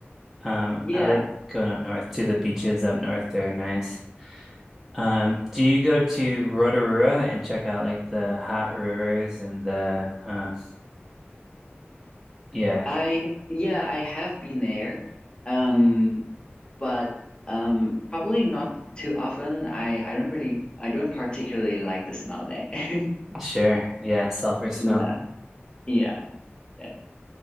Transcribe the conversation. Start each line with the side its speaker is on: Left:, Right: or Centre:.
Centre: Um,
Left: yeah,
Centre: I like going up north to the beaches up north. They're nice. Um, do you go to Rotorua and check out like the hot rivers and the uh yeah,
Left: I yeah, I have been there, um, but um, probably not too often. I I don't really I don't particularly like the smell there. <laughs>
Centre: sure. Yeah, sulfur smell.
Left: Yeah, yeah, yeah.